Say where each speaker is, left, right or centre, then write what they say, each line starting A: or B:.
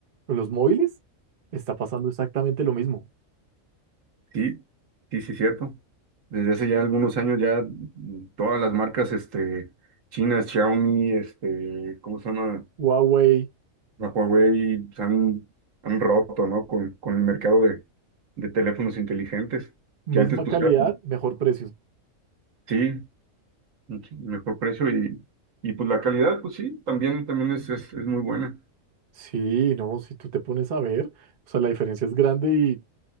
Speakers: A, on the right; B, on the right.
A: o los móviles, está pasando exactamente lo mismo.
B: Sí, sí, sí, cierto. Desde hace ya algunos años ya mm, todas las marcas este, chinas, Xiaomi, este, ¿cómo se llama?
A: Huawei,
B: La Huawei se han, han roto, ¿no? Con, con el mercado de, de teléfonos inteligentes,
A: misma
B: que antes pues
A: calidad,
B: era,
A: mejor precio.
B: sí, mucho mejor precio y, y pues la calidad, pues sí, también, también es, es, es muy buena.
A: Sí, no, si tú te pones a ver, o sea, la diferencia es grande y